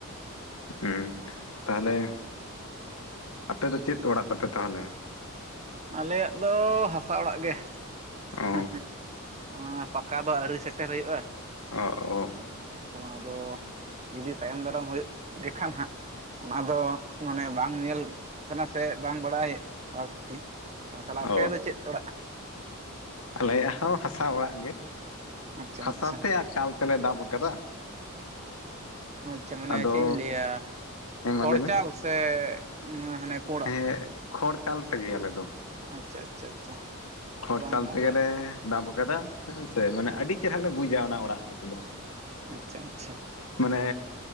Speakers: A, on the left; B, on the right.
A: ᱦᱩᱸ ᱛᱟᱦᱚᱞᱮ ᱟᱯᱮ ᱪᱮᱫ ᱚᱲᱟᱜ ᱛᱟᱯᱮ ᱛᱟᱦᱚᱞᱮ?
B: ᱟᱞᱮᱭᱟᱜ ᱫᱚ ᱦᱟᱥᱟ ᱚᱲᱟᱜ ᱜᱮ
A: ᱚ
B: ᱦᱮᱸ ᱦᱮᱸ᱾ ᱱᱚᱣᱟ ᱯᱟᱠᱟ ᱵᱟ ᱟᱹᱣᱨᱤ ᱥᱮᱴᱮᱨ ᱦᱩᱭᱩᱜᱼᱟ᱾
A: ᱚ ᱚ
B: ᱦᱮᱸ ᱥᱮ ᱵᱟᱝ ᱟᱫᱚ ᱡᱩᱫᱤ ᱛᱟᱭᱚᱢ ᱫᱟᱨᱟᱢ ᱦᱩᱭᱩᱜ ᱜᱮᱠᱷᱟᱱ ᱦᱟᱸᱜ, ᱚᱱᱟ ᱫᱚ ᱢᱟᱱᱮ ᱵᱟᱝ ᱧᱮᱞ ᱠᱟᱱᱟ ᱥᱮ ᱵᱟᱝ ᱵᱟᱲᱟᱭ ᱟᱨᱠᱤ ᱛᱟᱦᱚᱞᱮ ᱟᱯᱮ
A: ᱚ
B: ᱫᱚ ᱪᱮᱫ ᱚᱲᱟᱜ
A: ᱟᱞᱮᱭᱟᱜ ᱦᱚᱸ ᱦᱟᱥᱟ ᱚᱲᱟᱜ ᱜᱮ
B: ᱟᱪᱪᱷᱟ
A: ᱦᱟᱥᱟ
B: ᱟᱪᱪᱷᱟ
A: ᱛᱮ ᱪᱟᱞ ᱛᱮᱞᱮ ᱫᱟᱵ ᱟᱠᱟᱫᱟ᱾
B: ᱟᱪᱪᱷᱟ ᱢᱟᱱᱮ
A: ᱟᱫᱚ
B: ᱪᱮᱫ ᱤᱧ ᱞᱟᱹᱭᱟ
A: ᱦᱮᱸ
B: ᱠᱷᱚᱲᱪᱟᱞ
A: ᱢᱟ ᱞᱟᱹᱭ ᱢᱮ
B: ᱥᱮ ᱦᱟᱱᱮ ᱯᱩᱲᱟᱜ
A: ᱦᱮᱸ ᱠᱷᱚᱲ ᱪᱟᱞ ᱛᱮᱜᱮ ᱟᱞᱮ ᱫᱚ᱾
B: ᱟᱪᱪᱷᱟ ᱟᱪᱪᱷᱟ ᱟᱪᱪᱷᱟ
A: ᱠᱷᱚᱨᱪᱟᱞ
B: ᱵᱟᱝ ᱟᱫᱚ
A: ᱛᱮᱜᱮᱞᱮ ᱫᱟᱢ ᱟᱠᱟᱫᱟ ᱦᱮᱸ ᱥᱮ ᱢᱟᱱᱮ ᱟᱹᱰᱤ ᱪᱮᱦᱨᱟ ᱞᱮ ᱵᱩᱡᱟ ᱚᱱᱟ ᱚᱲᱟᱜ ᱨᱮᱫᱚ᱾
B: ᱟᱪᱪᱷᱟ ᱟᱪᱪᱷᱟ
A: ᱢᱟᱱᱮ